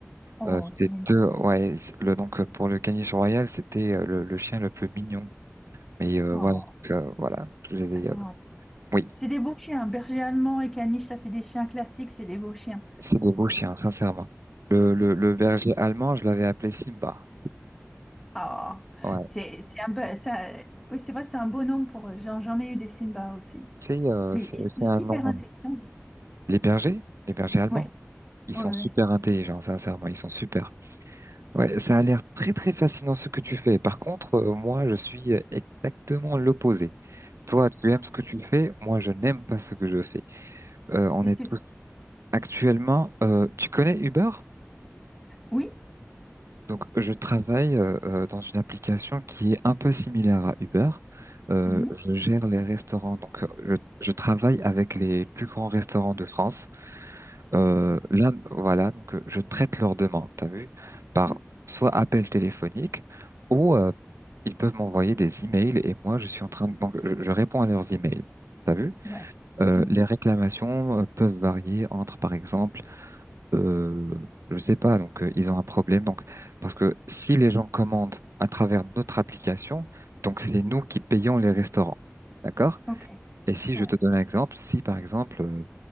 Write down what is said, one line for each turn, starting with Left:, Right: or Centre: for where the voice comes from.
Centre: Oh,
Right: Euh, c'était
Centre: ils sont mignons.
Right: deux, ouais, c'est- le, donc euh, pour le caniche royal, c'était euh, le, le chien le plus mignon. Mais euh,
Centre: Oh,
Right: voilà, donc, euh, voilà, je les
Centre: adorable.
Right: ai, euh, oui,
Centre: C'est des beaux chiens, berger allemand et caniche, ça c'est des chiens classiques, c'est des beaux chiens.
Right: c'est des beaux chiens, sincèrement. Le, le, le berger allemand, je l'avais appelé Simba.
Centre: Oh,
Right: Ouais,
Centre: c'est c'est un peu- ça, oui, c'est vrai, c'est un bonhomme pour eux. J'en j'en ai eu des Simba aussi,
Right: c'est euh,
Centre: mais
Right: c'est
Centre: ils sont
Right: c'est un
Centre: hyper
Right: nom.
Centre: intelligents.
Right: euh, Les bergers, les bergers allemands,
Centre: Ouais,
Right: ils
Centre: ouais,
Right: sont
Centre: ouais.
Right: super intelligents, sincèrement, ils sont super. Ouais, ça a l'air très très fascinant ce que tu fais. Par contre, euh, moi, je suis euh, exactement l'opposé. Toi, tu aimes ce que tu fais, moi, je n'aime pas ce que je fais. Euh, on
Centre: Qu'est-ce
Right: est
Centre: que
Right: tous
Centre: tu-
Right: Actuellement, euh, tu connais Uber?
Centre: Oui.
Right: Donc, je travaille euh, euh, dans une application qui est un peu similaire à Uber. Euh,
Centre: Mhm.
Right: je gère les restaurants, donc euh, je, je travaille avec les plus grands restaurants de France. Euh, là, voilà, donc euh, je traite leurs demandes, t'as vu, par
Centre: Mhm.
Right: soit appel téléphonique ou euh, ils peuvent m'envoyer des emails et moi, je suis en train de, donc je, je réponds à leurs emails, t'as vu.
Centre: Ouais.
Right: Euh,
Centre: Mhm.
Right: les réclamations euh, peuvent varier entre, par exemple, euh, je sais pas. Donc, euh, ils ont un problème. Donc, parce que si les gens commandent à travers notre application, donc c'est nous qui payons les restaurants, d'accord?
Centre: OK.
Right: Et si je
Centre: Ouais.
Right: te donne un exemple, si par exemple, euh,